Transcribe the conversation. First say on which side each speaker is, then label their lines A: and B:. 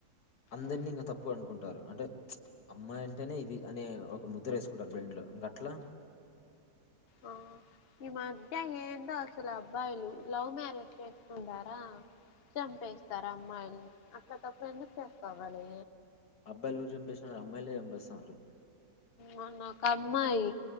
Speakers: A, on the left; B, on the left.
A: అందరినీ
B: ఉమ్,
A: ఇంకా తప్పు అనుకుంటా అంటే అమ్మాయి ఇట అంటేనే ఇది అనే ఒక ముద్ర వేసుకుంటారు బెండ్లో ఇంకట్లా
B: ఆ ఈ మధ్య ఏందో అసలు అబ్బాయిలు లవ్ మ్యారేజ్ చేసుకుంటారా చంపేస్తారు అమ్మాయిని అట్లా తప్పుడు ఎందుకు చేసుకోవాలి
A: అబ్బాల యు రు చెంపిేసినారు అమ్మాయిలే ఎంబసారు
B: ము నఒక అమ్మాయి